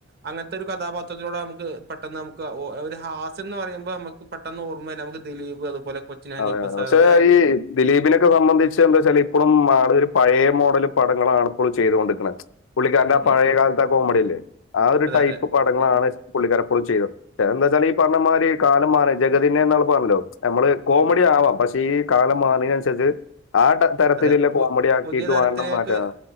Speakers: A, on the right (about 55°); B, on the left (about 85°).
A: അങ്ങനത്തെ തരു കഥ പാത്രം ത്തിലൂടെ നമ്മുക്ക് പെട്ടെന്ന് നമ്മുക്ക് ഒരു ഹാസ്യ എന്ന് പറയുമ്പോ നമ്മുക്ക് പെട്ടെന്ന് ഓർമ്മയ നമ്മുക്ക് ദിലീപ് അതുപോലെ കൊച്ചിൻ ഹനീഫ
B: അതെ അതെ
A: സാർ
B: പക്ഷെ
A: അങ്ങനെ
B: ഈ ദിലീപിനൊക്കെ സംബന്ധിച്ച് എന്താ വെച്ചാല് ഇപ്പോഴും ആള ഒരു പഴയ മോഡൽ പടങ്ങള ആണ് ഇപ്പോൾ ചെയ്തുകൊണ്ടിരിക്കുന്നത് പുള്ളിക്കാരന്റെ
A: ഉം
B: ആ പഴയകാലത്തെ
A: ഉം ഉം
B: ആ കോമഡില്ലേ ആ ഒരു
A: അതെ
B: ടൈപ്പ്
A: അതെ
B: പടങ്ങളാണ്
A: ഉം ഉം
B: പുള്ളിക്കരപ്പൊളി ചെയ്തത് എന്താ വച്ചാ ഈ പറഞ്ഞന്മാതിരി കാലം മാറി ജഗതിന്നെ എന്നാള് പറഞ്ഞല്ലോ നമ്മള് കോമഡി
A: ഉം ഉം
B: ആവാം പക്ഷെ ഈ കാലം മാറിയതിനനുസരിച്ച് ആ തരത്തിലുള്ള
A: അതെ പു
B: കോമഡി ആക്കീട്ട്
A: പുതിയ തരത്തിലേക്ക്
B: വാങ്ങണം മാറ്റാൻ